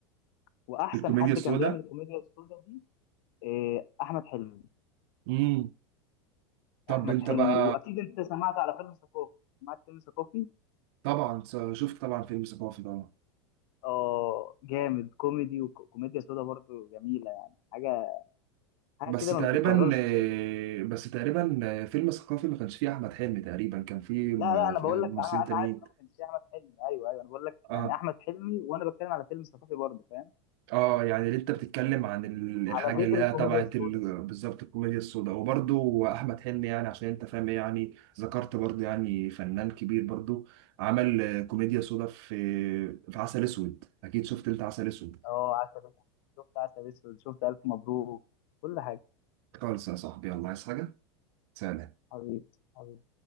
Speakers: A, on the left (about 60°); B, on the right (about 60°).
A: واحسن
B: بالكوميديا
A: حد
B: السوداء
A: كان بيعمل الكوميديا السوداء دي إيه، احمد حلمي
B: امم طب
A: احمد
B: انت
A: حلمي
B: بقى
A: واكيد انت سمعت على فيلم ثقافي سمعت فيلم ثقافي
B: طبعا شفت طبعا فيلم ثقافي طبعا
A: اه جامد كوميدي وكوميديا سودا برضو جميله يعني حاجه حاجه
B: بس
A: كده ما
B: تقريبا
A: بتتكررش
B: آه،
A: تاني
B: بس تقريبا آه، فيلم ثقافي ما كانش فيه احمد حلمي تقريبا كان فيه م-
A: لا لا انا
B: في-
A: بقول
B: ممثلين
A: لك انا
B: تانيين
A: انا عارف ان أنا ما كانش فيه احمد حلمي ايوه ايوه انا بقول لك يعني
B: اه
A: احمد حلمي وانا بتكلم على فيلم ثقافي برضو فاهم
B: اه يعني اللي انت بتتكلم عن ال- الحاجه
A: على
B: اللي
A: ذكر
B: هي
A: الكوميديا
B: تبعت
A: السودا
B: ال- بالظبط الكوميديا السوداء وبرده احمد حلمي يعني عشان انت فاهم إيه يعني ذكرت برضه يعني فنان كبير برضه عمل آه، كوميديا سوداء في في عسل اسود اكيد شفت انت عسل اسود
A: اه عسل اسود شفت عسل اسود شفت الف مبروك كل حاجه
B: خالص يا صاحبي الله عايز حاجه سلام
A: حبيبي حبيبي